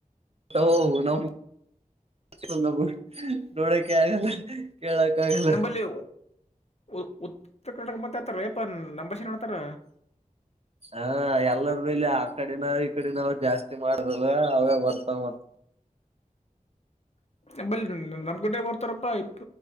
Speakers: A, on the right; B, on the left.
A: <unintelligible> ನಮೂವ್ ಹ ನೋಡಕೆ ಆಗಲ್ಲ ಕೇಳಕ್ ಆಗಲ್ಲ.
B: ನಂಬಲ್ಲಿ ಉ ಉತ್ತರ ಕರ್ನಾಟಕ ಮಾತಾಡ್ತಾರ ಲೇಪ ನಂಬಾಷ ಮಾತಡ್ತಾರ.
A: ಹ ಎಲ್ಲರ ಬಲ್ಲಿ ಆ ಅಕಡೆನ ಈಕಡಿನಾವ ಜಾಸ್ತಿ ಮಾಡ್ರಲ್ ಅವೇ ಬರ್ತಾವ ಮತ್
B: <inaudible> ನಂಬಲಿ ನಮ್ ಗುಡ ಬರ್ತಾರಪ್ಪಾ ಇ